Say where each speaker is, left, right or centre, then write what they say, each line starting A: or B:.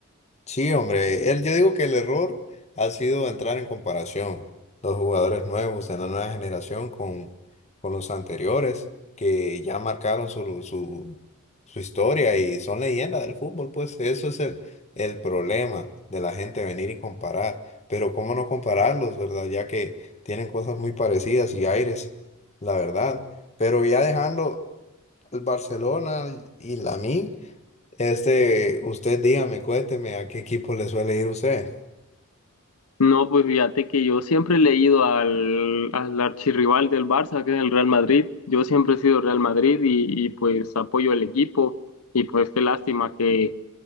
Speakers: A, on the left (about 30°); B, on the left (about 85°).
A: Sí, hombre, él, yo digo que el error ha sido entrar en comparación los jugadores nuevos de la nueva generación con, con los anteriores que ya marcaron su, su, su historia y son leyendas del fútbol, pues eso es el, el problema de la gente venir y comparar, pero cómo no compararlos, ¿verdad? Ya que tienen cosas muy parecidas y aires, la verdad, pero ya dejando el Barcelona y la mí. Este, usted dígame, cuénteme a qué equipo le suele ir usted.
B: No, pues fíjate que yo siempre he leído al, al archirrival del Barça, que es el Real Madrid. Yo siempre he sido Real Madrid y, y pues apoyo el equipo y pues qué lástima que